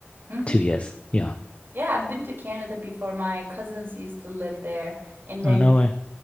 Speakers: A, on the right; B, on the left.
A: hmm
B: two years. Yeah.
A: Yeah, I've been to Canada before. My cousins used to live there, and
B: Oh
A: then
B: no way.